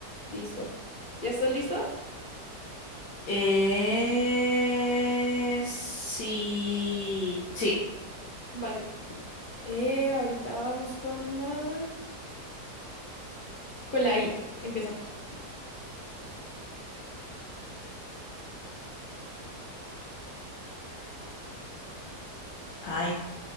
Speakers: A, on the left; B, on the left.
A: Listo. ¿Ya estás listo?
B: Eh, sí, sí,
A: Vale. Eh, ahorita vamos con la... Con la I. Empezamos.
B: ay,